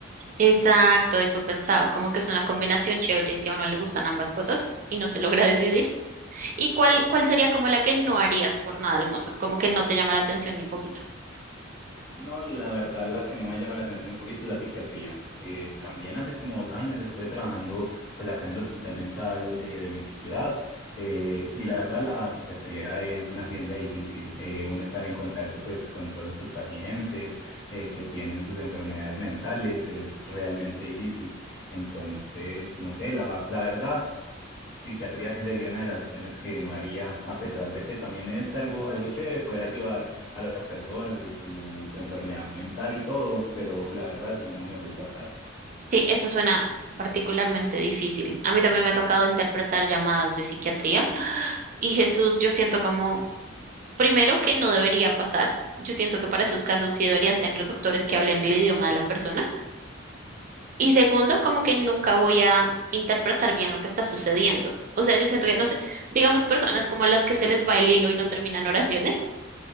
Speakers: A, on the right; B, on the left.
A: Exacto, eso pensaba, como que es una combinación chévere si a uno le gustan ambas cosas y no se <laughs> logra decidir. ¿Y cuál, cuál sería como la que no harías por nada al mundo? Como que no te llama la atención ni poquito.
B: No, la verdad, la que no me llama la atención un poquito es la psiquiatría. Eh, también hace como dos años estuve trabajando pues acá en el hospital mental eh, de mi ciudad eh, y la verdad la psiquiatría es una ciencia difícil. Eh, uno estar en contacto pues con todos sus pacientes eh, que tienen sus enfermedades mentales es realmente difícil. Entonces, no sé, la, la verdad psiquiatría sí sería una de las opciones que no haría, a pesar de que también es algo, algo chévere poder ayudar a las personas de su enfermedad mental y todo, pero la verdad sí no me gusta casi.
A: Sí, eso suena particularmente difícil. A mí también me ha tocado interpretar llamadas de psiquiatría <gasps> y Jesús, yo siento como, primero que no debería pasar, yo siento que para esos casos sí deberían tener doctores que hablen el idioma de la persona Y segundo, como que nunca voy a interpretar bien lo que está sucediendo. O sea, yo siento que, no sé, digamos personas como las que se les va el hilo y no terminan oraciones,